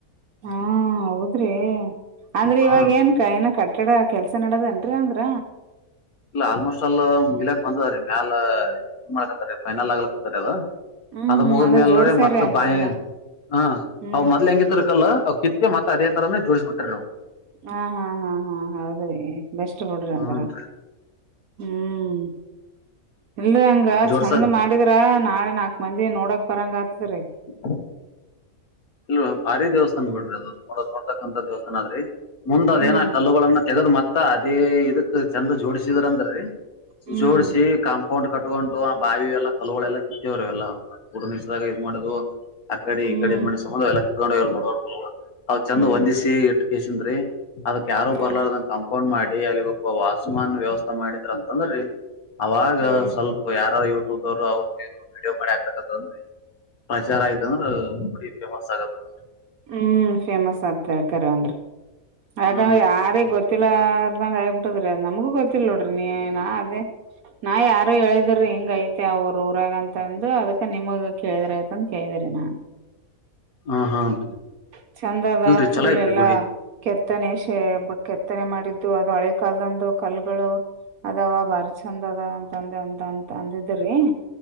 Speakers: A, on the right; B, on the left.
A: ಹಾ ಹೌದ್ರಿ ಅಂದ್ರೆ
B: ಹಾ
A: ಇವಾಗ ಏನ್ ಕೈನ ಕಟ್ಟಡ ಕೆಲ್ಸ ನಡದದೇನ್ರರಿ ಅಂದ್ರ.
B: ಇಲ್ಲ ಆಲ್ಮೋಸ್ಟ್ ಅಲ್ಲ ಮುಗಿಲಾಕ್ ಬಂದದ್ದ್ರೀ ಮ್ಯಾಲ ಇದು ಮಾಡಕತ್ತರಿ ಫೈನಲ್ ಆಗ್ಲಕತ್ತ ಅದ.
A: ಹ್ಮ್
B: ಅದ
A: ಹ್ಮ್
B: ಮುಗದ್ಮೇಲ್ರಿ
A: ಅಂದ್ರ ಜೋಡ್ಸ್ಯಾರಿ
B: ಮತ್
A: ಅಂದ್ರ
B: <unintelligible>
A: ಎಲ್ಲಾ ಹ್ಮ್
B: ಅವ್ ಮೊದ್ಲ್ ಹೆಂಗಿದರ್ಕಲ್ ಕಿತ್ ಮತ್ತೆ ಅದೇ ತರನೇ ಜೋಡಿಸಬಿಟ್ಟ್ರರು.
A: ಹಾ ಹಾ ಹಾ ಹಾ ಹೌದ್ರಿ ಬೆಸ್ಟ್ ಬಿಡ್ರಿ ಹಂಗರ.
B: ಹೂನ್ರಿ
A: ಹ್ಮ್ ಇಲ್ರಿ ಹಂಗ
B: ಜೋಡ್ಸದ್
A: ಚಂದ ಮಾಡಿದ <unintelligible> ನಾಳೆ ನಾಕ್ ಮಂದಿ ನೋಡಕ್ ಬರಂಗ ಆತರಿ.
B: <inaudible> ಇಲ್ವಾ ಭಾರಿ ದೇವಸ್ಥಾನನ್ ಬಿಡ್ರಿ ಅದು.
A: <inaudible>
B: ದೇವಸ್ಥಾನದ್ರೆ ಮುಂದ
A: ಹ್ಮ್
B: ಅದೇನ ಕಲ್ಲುಗಳನ್ನ ತೆಗೆದು ಮತ್ ತ್ತ ಅದೇ ಇದಕ್ ಚಂದ ಜೋಡಿಸಿದ್ರಂದ್ರೀ
A: ಹ್ಮ್
B: ಜೋಡಸಿ ಕಾಂಪ ಕೊಂಡ್ ಕಟ್ಕೊಂಡು ಆ ಬಾವಿ ಎಲ್ಲ ಕಲ್ಲಗಳೆಲ್ಲ ಕಿತ್ತವ್ವೆೆಲ್ಲ ಕೂಡ ನಿಷ್ಟಿದಾಗ ಇದ್ ಮಾಡದು ಆ ಕಡೆಡಿ
A: ಹ್ಮ್
B: ಈ ಕಡ ಮಾಡಿ ಎಲ್ಲ ಕತ್ಕೊಂಡೋಗ <unintelligible> ಅವ್ ಚಂದ
A: ಹ್ಮ್
B: ಹೊಂದಿಸಿ ಎಟು ಕೇಶನ್ರೀ. ಅದಕ್ ಯಾರು
A: ಹನ್ರಿ
B: ಬರ್ಲಾರ್ದಂಗ ಕಾಂಪೌಂಡ್ ಮಾಡಿ ಅಲ್ಲಿಗ ಒಬ್ಬ ವಾಸಮಾನ್ ವ್ಯವಸ್ಥಾ ಮಾಡಿದ್ರ ಅಂತಂದ್ರಿ. ಅವಾಗ
A: ಹ್ಮ್
B: ಸ್ವಲ್ಪ ಯಾರ ಯೂಟ್ಯೂಬ್ವರು ಅವ್ರು ಇವ್ರು ವಿಡಿಯೋ ಮಾಡಿ ಹಾಕ್ತಂತಂದ್ರೆ ಪ್ರಜಾರ ಆಯ್ತಂದ್ರೀ ಫುಲ್ ಫೇಮಸ್ ಆಗತ್ತ ನೋಡು.
A: ಹ್ಮ್ ಫೇಮಸ್ <unintelligible> ಅಂದ್ರು. ಆಗ
B: ಹ್ಮ್
A: ಯಾರಿಗ್ ಗೊತ್ತಿಲ್ಲಂಗ <unintelligible> <unintelligible> ನಮಗೂ ಗೊತ್ತಿಲ್ಲ ನೋಡ್ರಿ ನೀ ನಾ ಅದೇ ನಾ ಯಾರ ಅವ ಹೇಳಿದಿರಿ ಹಿಂಗ ಐತೆ ಅವರು ಊರಾಗ ಅಂತ ಅಂದು ಅದಕ ನಿಮಗ ಕೇಳಿದ್ರ ಆಯತ ಅಂತ ಕೇಳಿದ್ರಿ ನಾನು.
B: ಹಾ ಹಾನ್
A: <inaudible>
B: ರೀ
A: ಚಂದದಾ
B: ಇಲ್ರಿ
A: ಫುಲ್
B: ಚಲೋ ಐತ್ರಿ
A: ಎಲ್ಲಾ.
B: ಗುಡಿ
A: ಕೆತ್ತನೆ ಶ ಕೆತ್ತನೆ ಮಾಡಿದ್ದು ಅದು ಹಳೆ ಕಲ್ದಂದು ಕಲ್ಗಳು. ಅದಾವ ಬಾರಿ ಚಂದ್ ಅದ ಅಂತಂದ ಅದ ಅಂತ ಅಂತ ಅಂದಿದ್ರಿ.